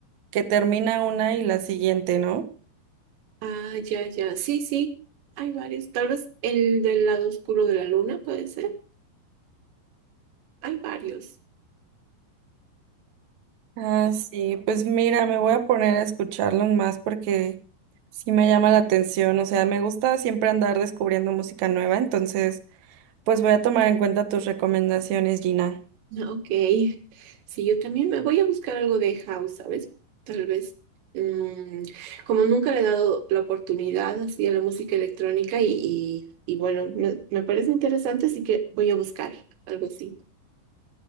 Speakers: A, on the right; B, on the right.
A: que termina una y la siguiente, ¿no?
B: Ah, ya, ya, sí, sí, hay varios. Tal vez el del lado oscuro de la luna puede ser. Hay varios.
A: Ah, sí, pues mira, me voy a poner a escucharlos más porque sí me llama la atención, o sea, me gusta siempre andar descubriendo música nueva, entonces, pues voy a tomar en cuenta tus recomendaciones, Gina.
B: Ah, Ok, sí, yo también me voy a buscar algo de house, ¿sabes? Tal vez, mm, como nunca le he dado la oportunidad así a la música electrónica y, y, y bueno, me, me parece interesante, así que voy a buscar algo así.